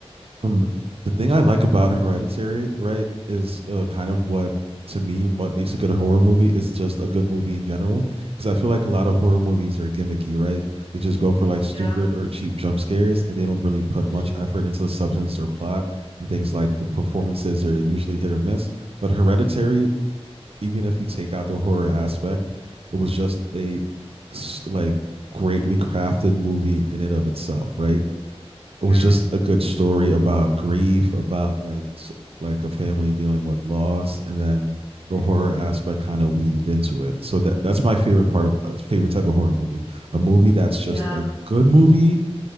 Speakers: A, on the right (about 65°); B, on the left (about 60°).
A: Um, the thing I like about Hereditary, right, is uh, kind of what to me what makes a good horror movie is just a good movie in general. Because I feel like a lot of horror movies are gimmicky, right? They just go for like stupid
B: Yeah.
A: or cheap jump scares, and they don't really put
B: Mm-hmm.
A: much effort into the substance or plot and things like the performances are usually hit or miss. But Hereditary even if you take out the horror aspect, it was just a like greatly crafted movie in and of itself, right? It
B: Yeah.
A: was just a good story about grief, about like like a family dealing with loss, and then the
B: Mm-hmm.
A: horror aspect kind of weaved into it. So that that's my favorite part, of, uh, favorite type of horror movie, a movie that's just
B: Yeah.
A: a good movie,